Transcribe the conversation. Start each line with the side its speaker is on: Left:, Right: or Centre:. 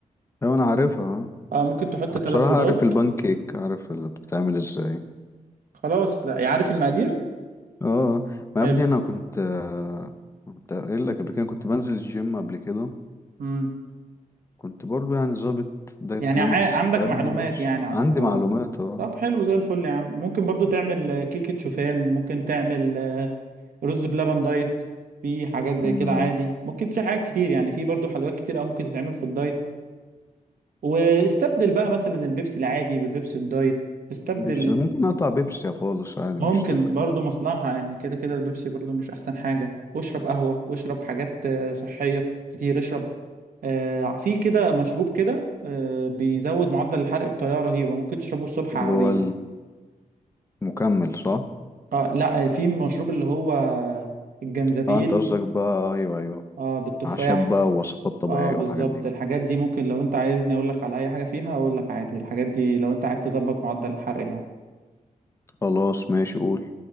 Left: ايوه انا عارفها آه.
Right: اه ممكن تحط
Left: أنا
Right: ثلاث
Left: بصراحة
Right: بيضات
Left: عارف البان كيك عارف اللي بتتعمل ازاي
Right: خلاص لا عارف المقادير
Left: اه ما
Right: حلو
Left: يا ابني انا كنت آه، كنت قايل لك قبل كده كنت بنزل الجيم قبل كده
Right: امم
Left: كنت برضو يعني ظابط دايت
Right: يعني
Left: بلان
Right: ع...
Left: بس
Right: عندك
Left: فاهم
Right: معلومات
Left: مش
Right: يعني عن
Left: عندي
Right: الحوار
Left: معلومات اه
Right: طب حلو زي الفل يا عم ممكن برضو تعمل آه، كيكة شوفان ممكن تعمل آه، رز بلبن دايت في حاجات زي
Left: أمم،
Right: كده عادي ممكن في حاجات كتير يعني في برضو حلويات كتير او ممكن تتعمل في الدايت واستبدل بقى مثلا البيبسي العادي بالبيبسي الدايت استبدل
Left: بيبسي ممكن اقطع بيبسي خالص عادي
Right: ممكن
Left: مش تفرق
Right: برضو مصلحة يعني كده كده البيبسي برضو مش احسن حاجة واشرب قهوة واشرب حاجات آه، صحية كتير اشرب آه، في كده مشروب كده آه، بيزود معدل الحرق بطريقة رهيبة ممكن تشربه الصبح
Left: اللي
Right: على
Left: هو
Right: الريق
Left: المكمل صح
Right: اه لا في مشروب اللي هو الجنزبيل
Left: اه انت قصدك بقى ايوه ايوه
Right: اه بالتفاح
Left: عشان بقى وصفات طبيعية
Right: اه بالظبط
Left: والحاجات دي
Right: الحاجات دي ممكن لو انت عايزني اقول لك على اي حاجة فيها اقول لك عادي الحاجات دي لو انت عايز تظبط معدل الحرق يعني
Left: خلاص ماشي قول